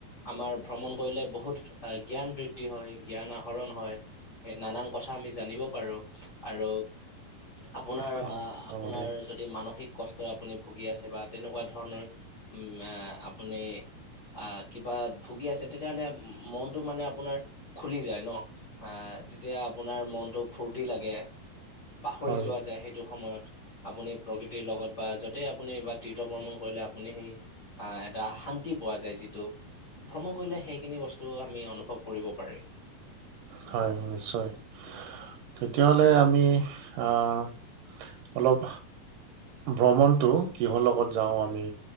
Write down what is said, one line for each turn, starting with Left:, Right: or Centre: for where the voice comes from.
Left: আমাৰ ভ্ৰমণ কৰিলে বহুত জ্ঞান বৃদ্ধি হয়, জ্ঞান আহৰণ হয়। নানান কথা আমি জানিব পাৰো আৰু আপোনাৰ
Right: হয়
Left: আহ আপোনাৰ য'ত যদি মানসিক কষ্ট আপুনি ভুগি আছে বা তেনেকুৱা ধৰণৰ উম আপুনি আহ কিবাত ভুগি আছে তেতিয়া হ'লে মনটো মানে আপোনাৰ খুলি যায় ন আহ তেতিয়া আপোনাৰ মনটো ফূৰ্তি লাগে। পাহৰি
Right: হয়
Left: যোৱা যায় সেইটো সময়ত। আপুনি প্ৰকৃতিৰ লগত বা য'তেই আপুনি বা তীৰ্থ ভ্ৰমণ কৰিলে আপুনি সেই আহ এটা শান্তি পোৱা যায় যিটো ভ্ৰমণ কৰিলে সেইখিনি বস্তু আমি অনুভৱ কৰিব পাৰি।
Right: হয় নিশ্চয়। তেতিয়া হ'লে আমি আহ অলপ ভ্ৰমণটো কিহৰ লগত যাওঁ আমি